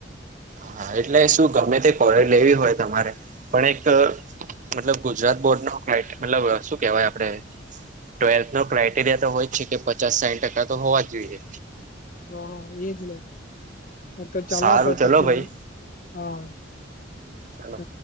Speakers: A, on the right; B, on the left.
A: હા એટલે શું ગમે તે કોલે લેવી હોય તમારે પણ એક મતલબ. ગુજરાત બોર્ડ ન ફટ મતલબ શું કેહેવાય આપડે. ટ્વેલ્થ નો ક્રઇટેરિયા તો હોય જ છે કે પચાસ સાહીઠ ટકા તો હોવા જ જોઈએ.
B: હા એજ ન તો ચાલ
A: સારું
B: તો
A: ચલો
B: પછી.
A: ભાઈ
B: હા
A: ચલો
B: હ.